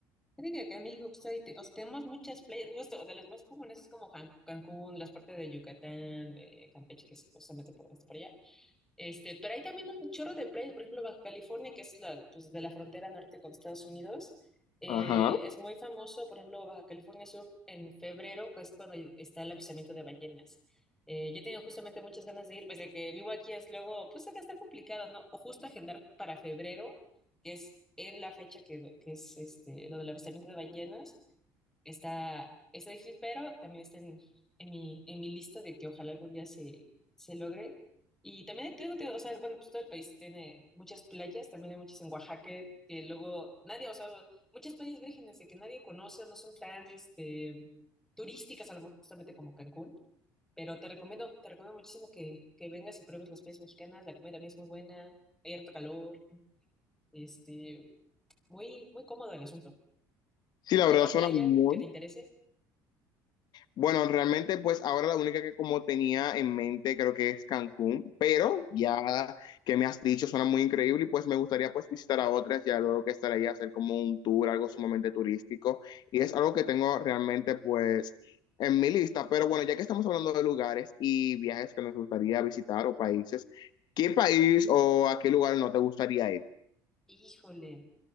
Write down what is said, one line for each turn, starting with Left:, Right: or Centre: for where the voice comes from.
Centre: creo que acá en México, justo ahí te- o sea, tenemos muchas playas, justo de las más comunes es como Jan- Cancún, las partes de Yucatán, eh, Campeche, que es justamente por, está por allá, Este, pero hay también un chorro de playas, por ejemplo, Baja California, que es la, pues, de la frontera norte con Estados Unidos. eh,
Left: Ajá.
Centre: es muy famoso, por ejemplo, Baja California Sur en febrero, que es cuando está el avistamiento de ballenas. Eh, yo he tenido justamente muchas ganas de ir, pese a que vivo aquí, es luego, pues acá está complicado, ¿no? O justo agendar para febrero, que es en la fecha que, que es este, lo del avistamiento de ballenas está, está difícil, pero también está en, en mi, en mi lista de que ojalá algún día se, se logre. Y también te digo, te digo, o sea, bueno, pues todo el país tiene muchas playas, también hay muchas en Oaxaca que luego nadie, o sea, muchas playas vírgenes de que nadie conoce, no son tan, este, turísticas, a lo mejor justamente como Cancún. Pero te recomiendo, te recomiendo muchísimo que, que vengas y pruebes las playas mexicanas, la comida también es muy buena, hay harto calor, este, muy, muy cómodo el asunto.
Left: Sí,
Centre: ¿Alguna
Left: la verdad
Centre: otra
Left: suena
Centre: playa
Left: muy,
Centre: que te interese?
Left: Bueno, realmente pues ahora la única que como tenía en mente creo que es Cancún, pero
Centre: Ujú.
Left: ya que me has dicho suena muy increíble y pues me gustaría pues visitar a otras ya luego que estaré ahí a hacer como un tour, algo sumamente turístico y es algo que tengo realmente pues en mi lista, pero bueno, ya que estamos hablando de lugares y viajes que nos gustaría visitar o países, ¿qué país o a qué lugar no te gustaría ir?
Centre: Híjole.